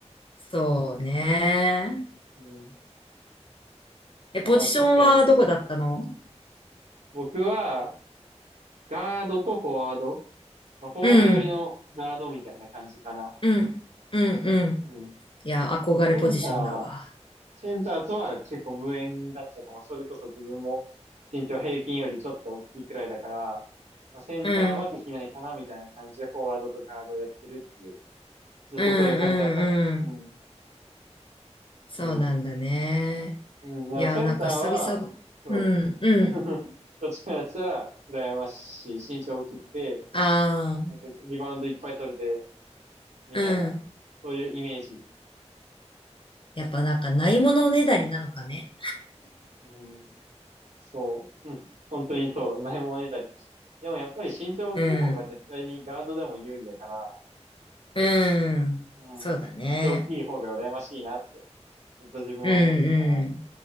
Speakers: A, on the left; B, on the right.
A: そうね。
B: うん。
A: え、
B: いや、
A: ポジションはどこだったの
B: 確かに。僕は、ガードとフォワード。まあ、フォワード寄りのガードみたいな感じかな。
A: うん。うん。うん。うん。
B: うん。
A: いや、憧れポジションだわ。
B: センターは、センターとは結構無縁だったかも。それこそ自分も身長平均よりちょっと大きいくらいだから、まあ、センターはできないかなみたいな感じでフォワードとガードをやってるっていう、
A: うん。
B: ずっとそういう感じだったの。
A: うん。うん。うん。
B: うん。
A: そうなんだね。
B: うん。うん。だからセンターは、
A: いやーなんか久々、
B: そう。
A: うん、うん。
B: <laughs> どっちからしたら羨ましい。身長大きくて、
A: ああ、
B: なんかリバウンドいっぱい取れて、みたいな。
A: うん。
B: そういうイメージ。
A: やっぱなんかないものねだりなのかね。
B: うん。そう、うん、本当にそう、ないものねだり。でもやっぱり身長大きい方が絶対にガードでも有利だから、
A: うん、うん。
B: うん、
A: そうだね。
B: 身長大きい方が羨ましいなって、ずっと自分は思ってたかな。
A: うん、うん。